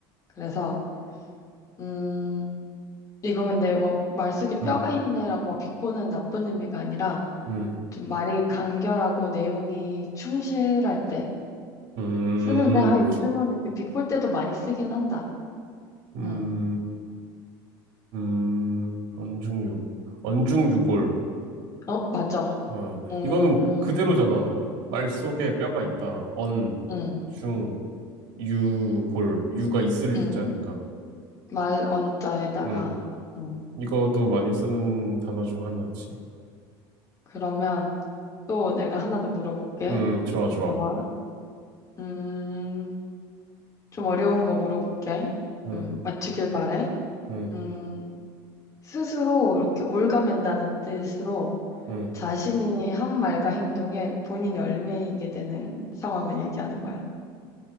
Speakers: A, on the left (about 30°); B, on the right (about 70°).
A: 그래서, 음, 이거 근데 뭐, 말 속에 뼈가
B: 음.
A: 있네라고 막 비꼬는 나쁜 의미가 아니라,
B: 음.
A: 좀 말이 간결하고 내용이 충실할 때
B: 음.
A: 쓰는데, 아, 요즘은 이렇게 비꼴 때도 많이 쓰긴 한다.
B: 음.
A: 음,
B: 음, 언중육. 언중유골.
A: 어, 맞아.
B: 어,
A: 음,
B: 이거는 그대로잖아. 말 속에 뼈가 있다. 언,
A: 음,
B: 중, 유, 골. 유가 있을
A: 음.
B: 유자니까.
A: 말 언자에다가
B: 음,
A: 음.
B: 이거도 많이 쓰는 단어 중 하나지.
A: 그러면 또 내가 하나 더 물어볼게.
B: 음, 좋아,
A: 있어봐.
B: 좋아.
A: 음, 좀 어려운 거 물어볼게.
B: 음,
A: 음, 맞추길 바래.
B: 음,
A: 음, 스스로 이렇게 옭아맨다는 뜻으로
B: 음.
A: 자신이 한 말과 행동에 본인이 얽매이게 되는 상황을 얘기하는 거야.